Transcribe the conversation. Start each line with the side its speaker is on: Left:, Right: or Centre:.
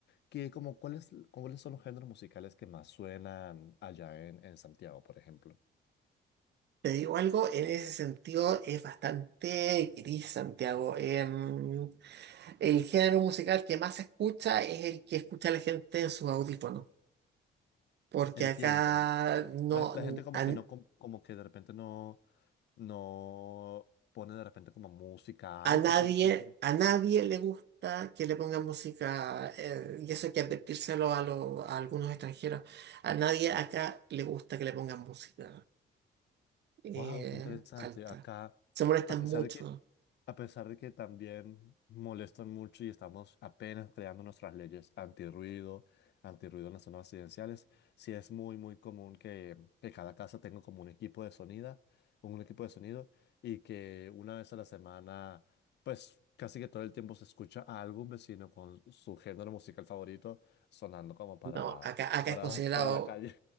Left: que como cuáles, cuáles son los géneros musicales que más suenan allá en, en Santiago, por ejemplo.
Right: Te digo algo, en ese sentido es bastante gris Santiago. Em, el género musical que más se escucha es el que escucha la gente en sus audífonos, porque
Left: Entiendo.
Right: acá no,
Left: La, la gente como
Right: a,
Left: que no, com- como que de repente no, no pone de repente como música
Right: A
Left: alta,
Right: nadie,
Left: por así decirlo.
Right: a nadie le gusta que le pongan música, eh, y eso hay que advertírselo a, lo- a algunos extranjeros. A nadie acá le gusta que le pongan música eh,
Left: Wow, qué interesante.
Right: alta.
Left: Acá,
Right: Se molestan
Left: a pesar
Right: mucho.
Left: de que, a pesar de que también molestan mucho y estamos apenas creando nuestras leyes antirruido, antirruido en las zonas residenciales, sí es muy, muy común que, que cada casa tenga como un equipo de sonido, un equipo de sonido, y que una vez a la semana, pues casi que todo el tiempo se escucha a algún vecino con su género musical favorito sonando como para,
Right: No, acá, acá
Left: para,
Right: es considerado,
Left: para la calle.